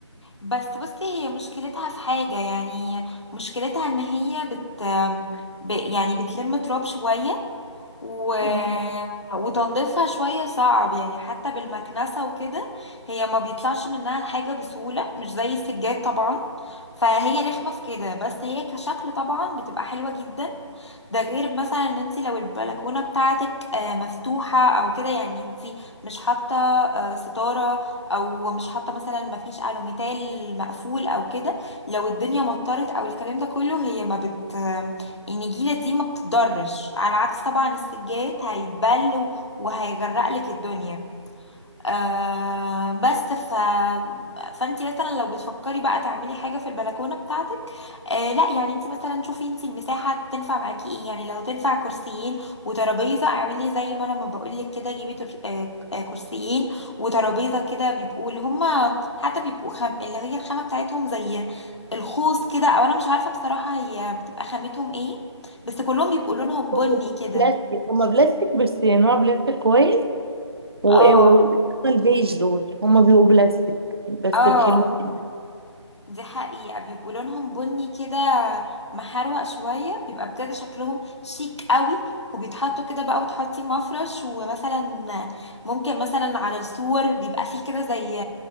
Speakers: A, on the left; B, on the right.
A: بس بصي هي مشكلتها في حاجة يعني مشكلتها ان هي بت... ب... يعني بتلم تراب شوية و...
B: اه.
A: وتنظيفها شوية صعب يعني حتى بالمكنسة وكده هي ما بيطلعش منها الحاجة بسهولة مش زي السجاد طبعا فهي رخمة في كده بس هي كشكل طبعا بتبقى حلوة جدا ده غير مثلا ان انت لو البلكونه بتاعتك آه، مفتوحه او كده يعني انت مش حاطه آه، ستاره او مش حاطه مثلا مفيش الوميتال مقفول او كده لو الدنيا مطرت او الكلام ده كله هي ما بت آه، النجيله دي ما بتضرش على عكس طبعا السجاد هيتبل وهيغرقلك الدنيا آه بس ف فانت مثلا لو بتفكري بقى تعملي حاجه في البلكونه بتاعتك آه لا يعني انت مثلا شوفي انت المساحه تنفع معاكي ايه يعني لو تنفع كرسيين وترابيزه اعملي زي ما لما بقول لك كده جيبي تر... آه آه، كرسيين وترابيزه كده بيبقوا اللي هما حتى بيبقوا خم... اللي هي الخامه بتاعتهم زي الخوص كده او انا مش عارفه بصراحه هي بتبقى خامتهم ايه بس كلهم بيبقوا لونهم بني
B: <laughs>
A: كده
B: بلاستيك هما بلاستيك بس نوع بلاستيك كويس و...
A: اه
B: إيه، و... البيج دول هما بيبقوا بلاستيك بس
A: اه
B: حلوين
A: دي حقيقة بيبقوا لونهم بني كده محروق شوية بيبقى بجد شكلهم شيك قوي وبيتحطوا كده بقى وتحطي مفرش ومثلا ممكن مثلا على السور بيبقى فيه كده زي